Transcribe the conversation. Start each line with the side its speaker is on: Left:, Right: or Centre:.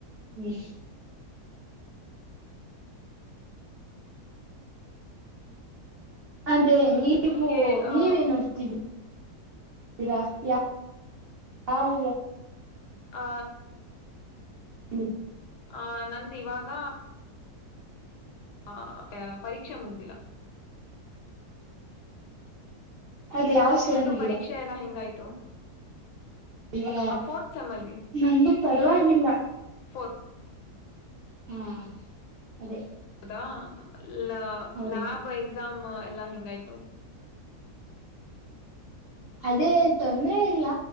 Right: ಹ್ಮ್ ಅದೇ ನೀವು
Left: ನಿಮ್ಗೆ ಅ
Right: ನೀವೇನ್ ಓದು ಯ ಯಾವ
Left: ಆ
Right: ಹ್ಮ್
Left: ಆ ನಂದ ಇವಾಗ ಹ ಪರೀಕ್ಷೆ ಮುಗ್ದಿಲ್ಲ
Right: ಅದೇ ಯಾವ ಸೆಮಲ್ಲಿದ್ದೀರಾ
Left: ನಿಮ್ದು ಪರೀಕ್ಷೆ ಎಲ್ಲಾ ಹೆಂಗಾಯ್ತು
Right: ಇವಾಗ
Left: ಆ ಫೋರ್ತ್ ಸೆಮ್ಮಾಲಿ
Right: ನಮ್ದು ಪರವಾಗಿಲ್ಲ
Left: ಹ
Right: ಹಾ ಅದೇ
Left: ಹಾ ಇ
Right: ಹೌದು
Left: ಲಾಭ ಎಕ್ಸಾಮ್ ಪಲ್ಲ ಹೆಂಗಾಯತು
Right: ಅದೇ ತೊಂದ್ರ ಇಲ್ಲ